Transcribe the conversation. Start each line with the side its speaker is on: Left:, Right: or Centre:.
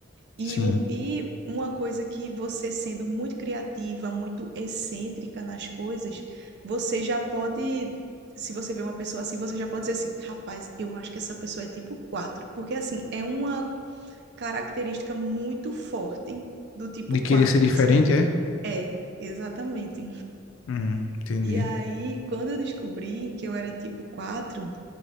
Right: E,
Left: Sim.
Right: um, e uma coisa que você sendo muito criativa, muito excêntrica nas coisas, você já pode, se você vê uma pessoa assim, você já pode dizer assim, rapaz, eu acho que essa pessoa é tipo 4 porque assim, é uma característica muito forte do tipo
Left: De
Right: quatro
Left: querer ser diferente,
Right: sabe?
Left: é?
Right: É, exatamente.
Left: Hum, entendi.
Right: E aí, quando eu descobri que eu era tipo quatro